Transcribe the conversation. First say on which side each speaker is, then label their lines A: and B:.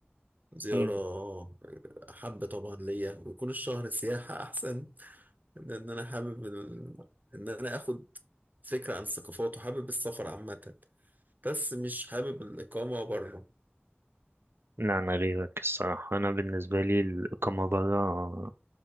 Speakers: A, on the right (about 40°); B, on the right (about 65°).
A: زيارة
B: مم.
A: حابة طبعا ليا ويكون الشهر سياحة أحسن لأن أنا حابب ال... إن أنا آخد فكرة عن الثقافات وحابب السفر عامة بس مش حابب الإقامة بره
B: لا انا غيرك الصراحه انا بالنسبه لي الاقامه بره